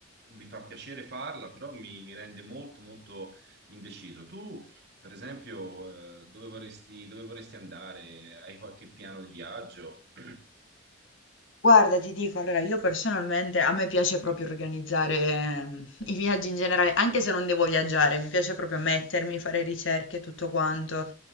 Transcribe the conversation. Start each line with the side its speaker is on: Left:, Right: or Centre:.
Right: mi fa piacere farla, però mi, mi rende molto, molto indeciso. Tu, per esempio, eh, dove vorresti, dove vorresti andare? Hai qualche piano di viaggio? <clears throat>
Left: Guarda, ti dico, allora io personalmente a me piace proprio organizzare ehm, i viaggi in generale, anche se non devo viaggiare, mi piace proprio mettermi, fare ricerche e tutto quanto.